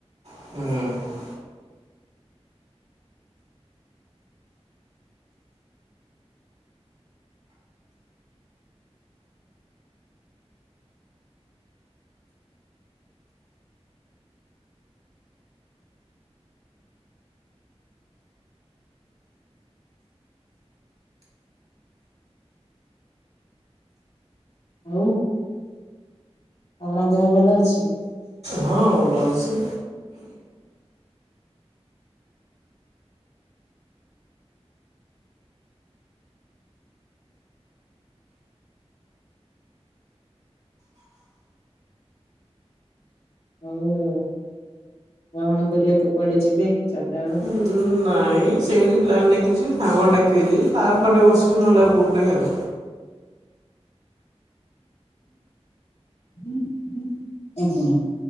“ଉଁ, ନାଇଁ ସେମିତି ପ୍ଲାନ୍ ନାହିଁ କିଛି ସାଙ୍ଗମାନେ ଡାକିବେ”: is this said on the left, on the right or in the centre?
Right